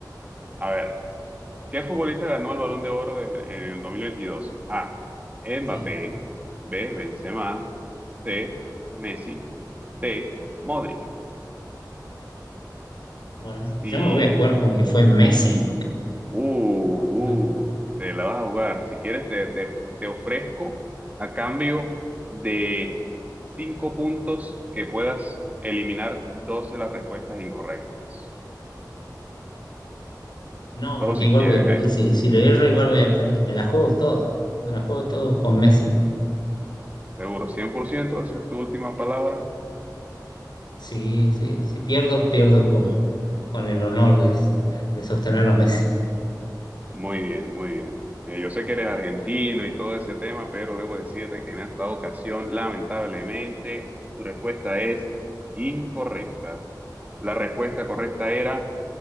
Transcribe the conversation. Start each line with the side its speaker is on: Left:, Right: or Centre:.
Right: A ver, ¿Qué futbolista ganó el Balón de Oro de- en el 2022? A. Mbappé.
Left: Sí.
Right: B. Benzema. C. Messi. D. Modric.
Left: Bueno,
Right: Si...
Left: yo me voy a jugar con que fue Messi.
Right: Uh,
Left: Me-
Right: uh, te la vas a jugar. Si quieres, te, te, te ofrezco a cambio de cinco puntos que puedas eliminar dos de las respuestas incorrectas.
Left: No,
Right: Solo
Left: porque
Right: si
Left: igual
Right: quieres,
Left: voy a perder.
Right: ¿eh?
Left: Si, si le erro, igual voy a perder. Me la juego toda. Me la juego todo con Messi.
Right: Seguro, 100%, esa es tu última palabra.
Left: Sí, sí, si pierdo, pierdo con, con el honor de, so- de sostener a Messi.
Right: Muy bien, muy bien. Eh, yo sé que eres argentino y todo ese tema, pero debo decirte que en esta ocasión, lamentablemente, tu respuesta es incorrecta. La respuesta correcta era